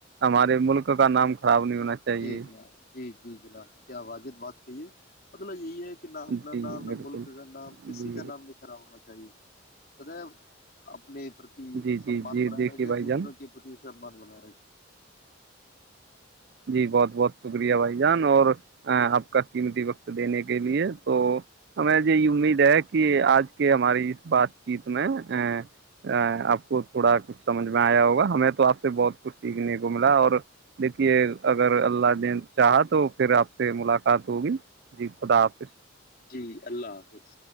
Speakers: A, on the right; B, on the left.
A: ہمارے ملک کا نام خراب نہیں ہونا چاہیے
B: جی جناب جی جی جناب کیا واجد بات کہیے مطلب یہی ہے کہ نہ
A: جی
B: اپنا نام نہ
A: بالکل
B: ملک کا نام کسی
A: جی
B: کا نام نہیں کڑا ہونا ے سد اپنی
A: جی
B: سمان
A: جی جی
B: بنا
A: دیکھیے
B: رہے گے
A: بھائی
B: دوسروں
A: جان
B: کےتی زبان بلار
A: جی بہت بہت شکریہ بھائی جان اور آپ کا قیمتی وقت دینے کے لیے تو ہمیں یہ یہ امید ہے کہ آج کے ہماری اس بات چیت میں ا آپ کو تھوڑا کچھ سمجھ میں آیا ہوگا ہمیں تو آپ سے بہت کچھ سیکھنے کو ملا اور دیکے یہ اگر اللہ نے چاہا تو پھر آپ سے ملاقات ہوگی جی خدا حافظ
B: جی اللہ حافظ